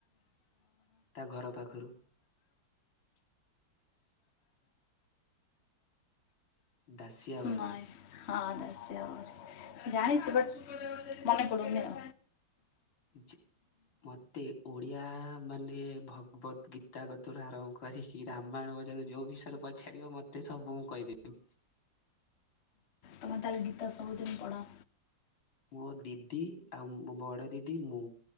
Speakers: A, on the left; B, on the left.
A: ତା ଘର ପାଖରୁ ଦାସିଆ ବାଉରି।
B: ନାଇଁ। ହଁ <inaudible> ଜାଣିଚି ବଟ ମନେ ପଡୁନି ଆଉ।
A: ଜ ମତେ ଓଡ଼ିଆ ମାନେ ଭଗବତ ଗୀତା ଗତରୁ ଆରମ୍ଭ କରି କି ରାମାୟଣ ପ ଯୋଉ ବିଷୟରେ ପଚାରିବ ମତେ ସବୁ ମୁଁ କହିଦେବି।
B: ତମେ ତାହେଲେ ଗୀତ ସବୁଦିନ ପଢ।
A: ମୋ ଦିଦି ଆଉ ମୋ ବଡ଼ ଦିଦି ମୁଁ